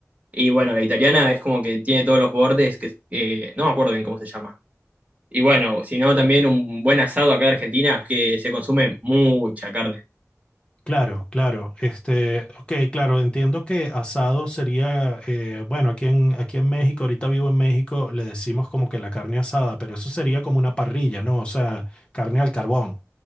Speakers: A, on the right (about 25°); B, on the left (about 20°).
A: Y bueno, la italiana es como que tiene todos los bordes, que eh, no me acuerdo bien cómo se llama. Y bueno, si no, también un buen asado acá en Argentina, que se consume mucha carne.
B: Claro, claro. Este, ok, claro, entiendo que asado sería, eh, bueno, aquí en, aquí en México, ahorita vivo en México, le decimos como que la carne asada, pero eso sería como una parrilla, ¿no? O sea, carne al carbón.